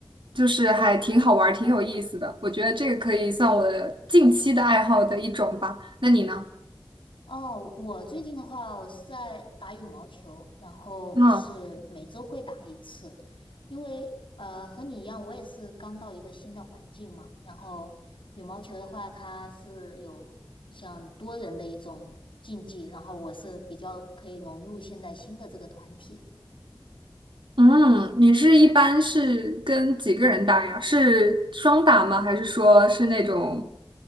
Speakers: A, on the right; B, on the left.
A: 就是还挺好玩儿，挺有意思的。我觉得这个可以算我的近期的爱好的一种吧。那你呢？
B: 哦，我最近的话，我是在打羽毛球，然后是每周会打一次，
A: 嗯
B: 因为呃和你一样，我也是刚到一个新的环境嘛。然后羽毛球的话，它是有像多人的一种竞技，然后我是比较可以融入现在新的这个团体。
A: 嗯，你是一般是跟几个人打呀？是双打吗？还是说是那种